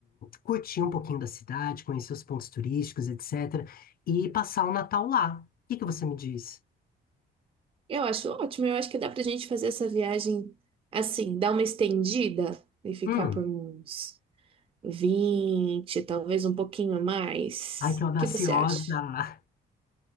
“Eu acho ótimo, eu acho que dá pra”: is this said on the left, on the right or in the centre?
Right